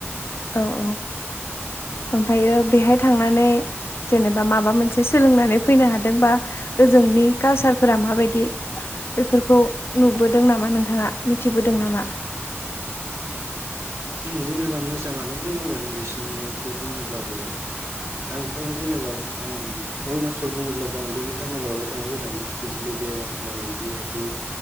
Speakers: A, on the left (about 60°); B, on the right (about 75°).
A: औ औ
B: औ
A: ओमफ्रायो बेहाय थांनानै जेनेबा माबा मोनसे सोलोंनानै फैनो हादों बा ओजोंनि कालसारफोरा माबायदि बेफोरखौ नुबोदों नामा नोंथाङा मिथिबोदों नामा
B: जेनेबा मोजाङानो बुंनांगोन बिसिनिखौ बुङोब्लाबो आंथ' जेनेबा आं अरुणाचल बुङोब्ला आं बे इटानगरावल थांनाय जादों स्पेसिलि बे ओ जिहेथु